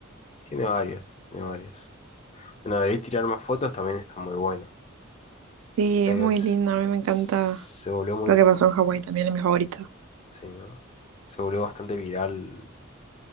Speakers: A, on the left; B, on the right.
A: Tiene varias, tiene varias. Bueno, debí tirar más fotos, también está muy buena.
B: Sí,
A: Se,
B: es muy
A: se,
B: linda. A mí me encanta
A: se volvió muy,
B: lo que pasó en Hawái también, es mi favorita.
A: sí, ¿no? Se volvió bastante viral.